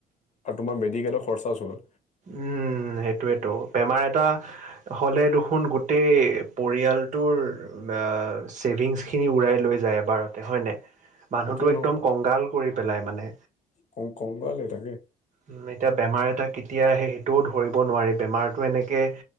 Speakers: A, on the left; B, on the right.
A: আৰ তোমাৰ মেডিকেলৰ খৰচা চোৱা
B: উম সেইটোয়েতো বেমাৰ এটা হ'লে দেখোন গোটেই পৰিয়ালটোৰ ছেভিংছ খিনি উৰাই লৈ যায় এবাৰতে হয় নাই মানুহটো
A: সেইটোয়ে
B: একদম
A: ন
B: কংগাল কৰি পেলাই মানে
A: কং কং ভালে থাকে
B: উ এতিয়া বেমাৰ এটা কেতিয়া আহে সেইটোও ধৰিব নোৱাৰি বেমাৰতটো এনেকে